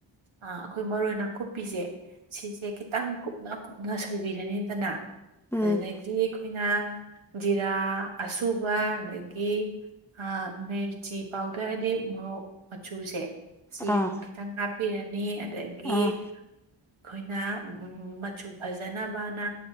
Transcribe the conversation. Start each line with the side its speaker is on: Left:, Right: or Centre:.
Right: ꯑ ꯑꯩꯈꯣꯏ ꯃꯔꯣꯏ ꯅꯥꯀꯨꯞꯄꯤꯁꯦ ꯁꯤꯁꯦ ꯈꯤꯇꯪ ꯀꯨꯞꯅ ꯀꯨꯞꯅ ꯁꯣꯏꯕꯤꯔꯅꯤꯗꯅ
Centre: ꯎꯝ
Right: ꯑꯗꯨꯗꯩꯩꯗꯤ ꯑꯩꯈꯣꯏꯅ ꯖꯤꯔꯥ ꯑꯁꯨꯕ ꯑꯗꯒꯤ ꯑ ꯃꯤꯔ ꯆꯤ ꯄꯥꯎꯗꯔ ꯍꯥꯏꯗꯤ ꯃꯣꯔꯣꯛ ꯃꯆꯨꯁꯦ ꯁꯤ
Centre: ꯑꯥ
Right: ꯑꯃꯨꯛ ꯈꯤꯇꯪ ꯍꯥꯞꯄꯤꯔꯅꯤ ꯑꯗꯒꯤ
Centre: ꯑꯥ
Right: ꯑꯩꯈꯣꯏꯅ ꯎ ꯃꯆꯨ ꯐꯖꯅꯕꯅ